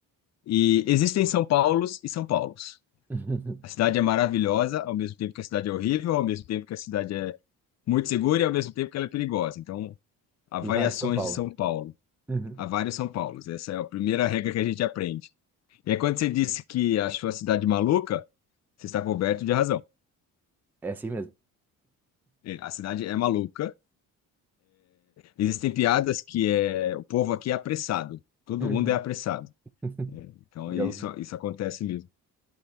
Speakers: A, on the left; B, in the centre.
A: E existem São Paulos e São Paulos.
B: <laughs>
A: A cidade é maravilhosa, ao mesmo tempo que a cidade é horrível, ao mesmo tempo que a cidade é muito segura e ao mesmo tempo que ela é perigosa. Então, há variações
B: Tem vários em São Paulo.
A: de São Paulo.
B: Uhum.
A: Há vários São Paulos. Essa é a primeira regra que a gente aprende. E aí, quando você disse que achou a cidade maluca, você está coberto de razão.
B: É assim mesmo.
A: É, A cidade é maluca Existem piadas que é, o povo aqui é apressado, todo
B: Uhum.
A: mundo é apressado.
B: <laughs>
A: Então
B: Já
A: isso,
B: ouvi.
A: isso acontece mesmo.